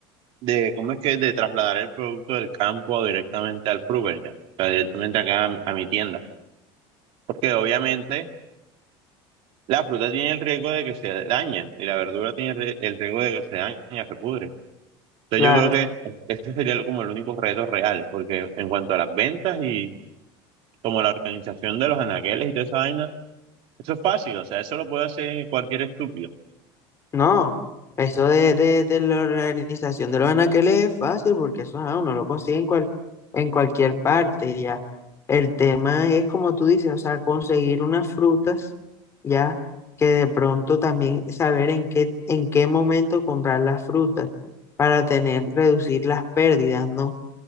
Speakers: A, on the right; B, on the left.
A: de ¿cómo es que? De trasladar el producto del campo directamente al Fruver ya, o sea, directamente acá a, mi a mi tienda. Porque obviamente la fruta tiene el riesgo de que se dañe y la verdura tiene el rie- el riesgo de que se dañe, se pudre. Entonces
B: claro.
A: yo creo que ese sería como el único reto real, porque en cuanto a las ventas y como la organización de los anaqueles y toda esa vaina, eso es fácil, o sea, eso lo puede hacer cualquier estúpido.
B: No, eso de, de, de la organización de los anaqueles es fácil porque eso ah, uno lo consigue en, cual, en cualquier parte, ya. El tema es, como tú dices, o sea, conseguir unas frutas, ya, que de pronto también saber en qué, en qué momento comprar las frutas para tener, reducir las pérdidas, ¿no?